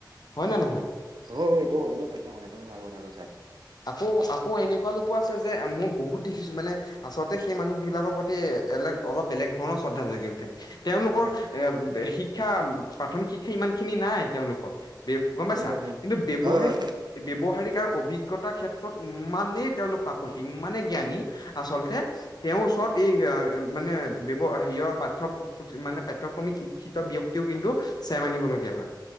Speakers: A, on the left; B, on the right.
A: হয় নে নহয়
B: হয় হয় এইটো এইটো সত্যয় কথা তুমি ভাল কথা কৈছা
A: আকৌ আকৌ এনেকুৱা লোকো আছে যে মই বহুত দেখিছো মানে আচলতে সেই মানুহ বিলাকৰ প্ৰতি এাক অলপ বেলেগ ধৰণৰ শ্ৰদ্ধা জগি উঠে তেওঁলোকৰ
B: উম।
A: এ শিক্ষা প্ৰাথমিক শিক্ষা ইমান খিনি নাই তেওঁলোকৰ গম পাইছা
B: উম, উম,
A: কিন্তু ব্যৱহাৰিক
B: হয় হয়।
A: ব্যৱহাৰিক আৰু অভিজ্ঞতা ক্ষেত্ৰত ইমানেই তেওঁলোক পাক ইমানে জ্ঞানী আচলতে তেওঁৰ ওচৰত এই মানেৱ হেৰিৰ পাঠ্য মানে পাঠ্যক্ৰমিক শিক্ষিত ব্য্ক্তিও কিন্তু চেৰিব ীয়া হয়